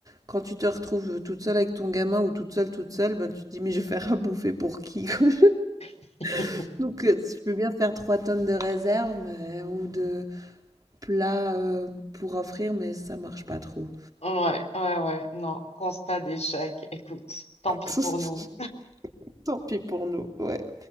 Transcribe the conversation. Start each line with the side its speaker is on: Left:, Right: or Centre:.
Right: Quand tu te retrouves toute seule avec ton gamin ou toute seule, toute seule, ben, tu te dis, mais je vais faire à bouffer pour qui? quoi
Left: <laughs>
Right: <laughs> Donc, euh, si tu peux bien faire trois tonnes de réserves mais- ou de plats euh, pour offrir, mais ça marche pas trop.
Left: Ouais, ouais, ouais, non, constat d'échec. Écoute, tant
Right: <laughs>
Left: pis pour nous.
Right: Tant pis pour nous, ouais.